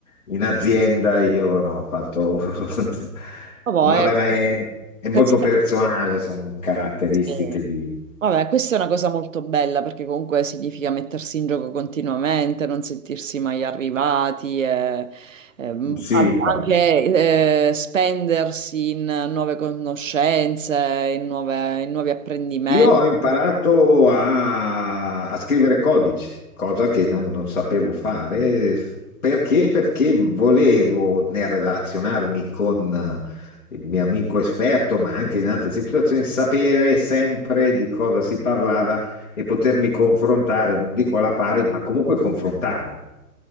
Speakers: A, on the left; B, on the right.
A: in azienda, io no, ho fatto... <laughs>
B: Vabbè,
A: Vabbè, ma è, è molto
B: questa,
A: personale, sono caratteristiche
B: sì.
A: di...
B: Vabbè, questa è una cosa molto bella perché comunque significa mettersi in gioco continuamente, non sentirsi mai arrivati, e, ehm,
A: Sì,
B: a-
A: infatti.
B: anche eh, spendersi in nuove conoscenze, in nuove- in nuovi apprendimenti.
A: Io ho imparato a, a scrivere codice, cosa che non, non sapevo fare. Perché? Perché volevo, nel relazionarmi con eh, il mio amico esperto, ma anche in altre situazioni, sapere sempre di cosa si parlava e potermi confrontare, non dico alla pari, ma comunque confrontare.